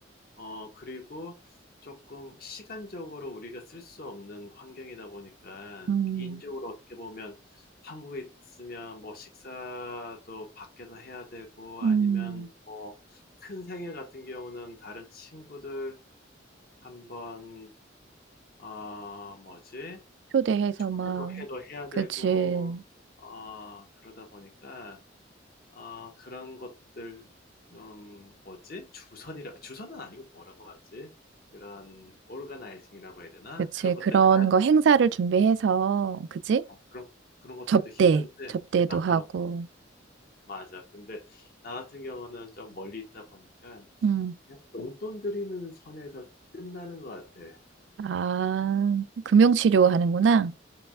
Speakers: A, on the left (about 50°); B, on the right (about 65°).
A: 어, 그리고 조금 시간적으로 우리가 쓸 수 없는 환경이다 보니까
B: 음,
A: 개인적으로 어떻게 보면 한국에 있으면 뭐 식사도 밖에서 해야 되고
B: 음.
A: 아니면 뭐 큰 생일 같은 경우는 다른 친구들 한번 어, 뭐지?
B: 초대해서
A: 초대도
B: 막,
A: 해도 해야
B: 그치,
A: 되고 어, 그러다 보니까 아, 그런 것들, 음, 뭐지? 주선이라, 주선은 아니고 뭐라고 하지? 그런, 오르가나이징이라고 해야 되나?
B: 그치.
A: 그런 것들,
B: 그런
A: 할,
B: 거 행사를 준비해서, 그치?
A: 아, 그런, 그런 것들도
B: 접대,
A: 힘든데,
B: 접대도
A: <laughs>
B: 하고.
A: 아, 맞아. 근데, 나 같은 경우는 좀 멀리 있다 보니까,
B: 음.
A: 그냥 용돈 드리는 선에서 끝나는 것 같아.
B: 아, 금융치료 하는구나.